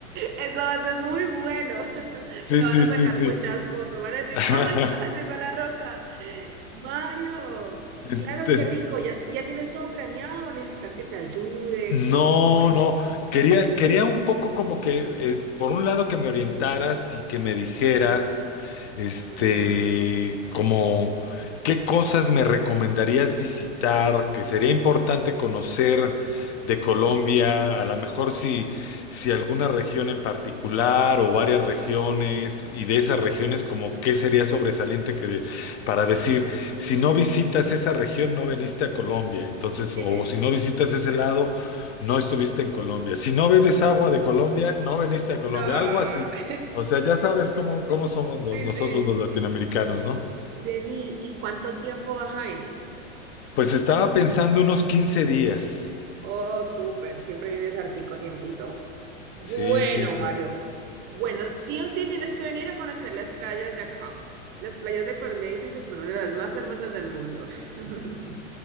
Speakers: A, on the right; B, on the left.
A: Eso va a ser muy bueno. <laughs>
B: Sí,
A: Te
B: sí,
A: van a
B: sí,
A: sacar
B: sí.
A: muchas fotos, van a decir,
B: <laughs>
A: oh my God, llegó la roca. Mario,
B: Ent-
A: claro, qué rico, ya, ya tienes todo planeado, o necesitas que te ayude,
B: No,
A: que te colabore.
B: no, quería, quería un poco como que, eh, por un lado que me orientaras y que me dijeras, este,
A: Ujú.
B: como qué cosas me recomendarías visitar, que sería importante conocer de Colombia, a lo mejor si, si alguna región en particular o varias regiones, y de esas regiones como qué sería sobresaliente que de- para decir, si no visitas esa región, no veniste a Colombia, entonces,
A: <laughs>
B: o si no visitas ese lado no estuviste en Colombia. Si no bebes agua de Colombia, no veniste a
A: No.
B: Colombia, algo así.
A: <laughs>
B: O sea, ya sabes cómo, cómo somos los-
A: Sí,
B: nosotros
A: sí.
B: los latinoamericanos, ¿no?
A: Vení, ¿y cuánto tiempo vas a venir?
B: Pues estaba pensando unos quince días.
A: Oh, súper, siempre vienes hartico tiempito. Bueno,
B: Sí, sí, sí.
A: Mario. Bueno, sí o sí tienes que venir a conocer las playas de acá. Las playas de Colombia dicen que son una de las más hermosas del mundo. <laughs>